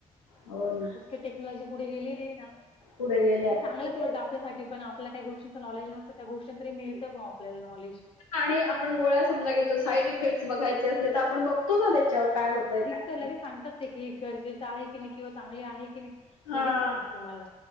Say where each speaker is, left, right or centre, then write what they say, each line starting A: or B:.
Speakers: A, on the left; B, on the left.
A: हो ना.
B: इतकी टेक्नॉलॉजी पुढे गेलेली हे ना, आता
A: पुढे गेले आता
B: ते चांगलच
A: हो
B: उलट आ त्यासाठी पण, आपल्या काही गोष्टींचं नॉलेज नसतं त्या गोष्टीच तरी मिळतं ग आपल्याला नॉलेज.
A: आणि आपण गोळ्या समजा घेतो साईड इफेक्टस बघायचे असले, तर आपण बघतो ना त्याच्यावर काय होतंय काय नाही.
B: ते लगे सांगात ते की गरजेचं आहे, की नाही किंवा चांगली आहे. की नाही,
A: हां
B: लगेच सांगत तुम्हाला